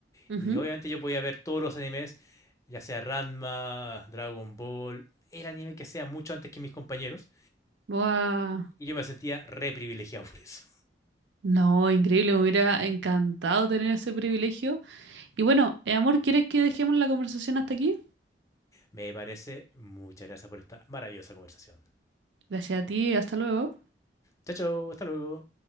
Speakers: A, on the right (about 80°); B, on the left (about 20°).
A: Ujú.
B: Y obviamente yo podía ver todos los animes, ya sea Ranma, Dragon Ball, el anime que sea mucho antes que mis compañeros.
A: Guau.
B: Y yo me sentía re privilegiado <laughs> por eso.
A: No, increíble, me hubiera encantado tener ese privilegio. Y bueno, eh, amor, ¿quieres que dejemos la conversación hasta aquí?
B: Me parece, muchas gracias por esta maravillosa conversación.
A: Gracias a ti, hasta luego.
B: Chao, chao, hasta luego.